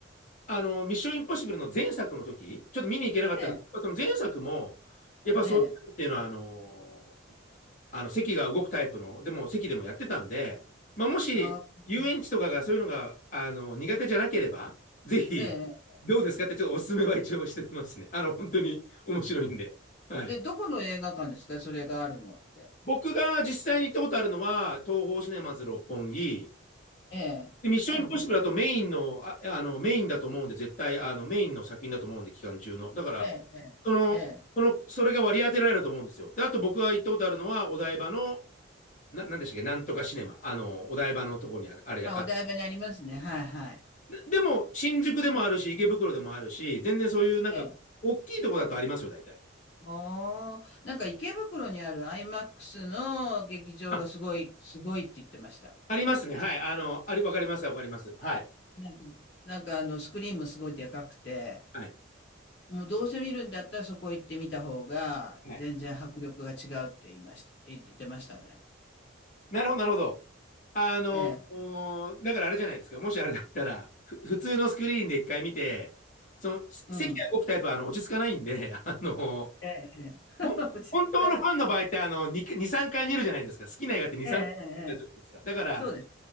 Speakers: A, on the left; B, on the left.
A: あの、ミッションインポッシブルの前作の時、ちょっと見に行けなかったんですけど、
B: ええ、
A: その前作も、やっぱそういうのっていうのは、
B: ええ、
A: あの、あの、席が動くタイプの、でも席でもやってたんで、まあ、もし、
B: あ、
A: 遊園地とかがそういうのが、あの、苦手じゃなければ、ぜひ、
B: ええ。
A: どうですかってちょっとお勧めは一応してみますね。あの、本当に面白いんで。はい。
B: え、どこの映画館ですかそれがあるのって。
A: 僕が実際に行ったことあるのは、東宝シネマズ六本木、
B: ええ。
A: でミッションインポッシブルだとメインの、
B: あ
A: ああの、メインだと思うんで、絶対、あの、メインの作品だと思うんで、期間中の。だから、
B: ええ、ええ、
A: その、
B: ええ。
A: その、それが割り当てられると思うんですよ。で、あと僕が行ったことあるのは、お台場のな、なんでしたっけ、なんとかシネマ。あの、お台場のとこにある、あれ、
B: あ、
A: あ
B: お台場にありますね。はいはい。
A: でも、新宿でもあるし、池袋でもあるし、全然そういう、なんか、
B: ええ。
A: 大きいとこだとありますよ、大体。
B: もう、なんか池袋にあるアイマックスの劇場がすごい、
A: あ、
B: すごいって言ってました。
A: ありますね。はい。あの、あり、わかります、わかります。はい。
B: なんか、なんかあの、スクリーンもすごいでかくて、
A: はい。
B: もうどうせ見るんだったらそこ行ってみた方が、
A: はい。
B: 全然迫力が違うって言いました、言言ってましたね。
A: なるほど、なるほど。あの、
B: ええ、
A: おーだからあれじゃないですか。もしあれだったら、ふ普通のスクリーンで一回見て、その、せ席が動くタイプは、
B: うん。
A: あの、落ち着かないんで、<laughs> あの、
B: ええ、ええ。
A: ほん、
B: <laughs> 落ち着かない。
A: 本当のファンの場合って、あの、2、2、3回見るじゃないですか。好きな映画って2、
B: ええ、
A: 3回見るじゃないですか。
B: ええ、ええ
A: だから、
B: そうです。